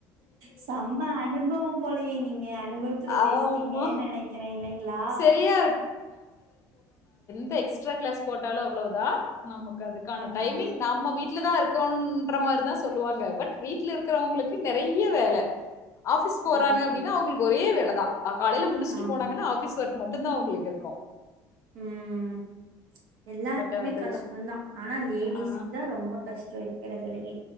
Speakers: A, on the right; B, on the left.
A: செம்ம அனுபவம் போலயே நீங்க அனுபவத்துல
B: ஆமா.
A: பேஸ்றீங்க நெனைக்கிறே இல்லைங்களா
B: சரியா த எக்ஸ்ட்ரா கிளாஸ் போட்டாலு அவ்ளவ்தா நமக்கு அதுக்கான
A: ஆஹா
B: டைமிங் நம்ம வீட்ல தா இருக் குன்ற மாரி தா சொல்லுவாங்க பட் வீட்ல இருக்கறவங்களுக்கு நெறைய வேல ஆஃபிஸ் போறாங்க
A: ஓகே
B: அப்டின்னா அவங்களுக்கு ஒரே வேல தா அ காலைல முடிச்சிட்டு
A: ஆமா
B: போனாங்கன்னா ஆஃபிஸ் ஒர்க் ம ட்டுந்தா அவங்களுக் இருக்கு
A: ம் எல்லாருக்குமே
B: பட் அதெல்லாம்
A: கஷ்டந்தா ஆனா லேடிஸ்க்
B: ஆ
A: தா ரொம்ப கஷ்டோ இர் க்குதில்லீங்க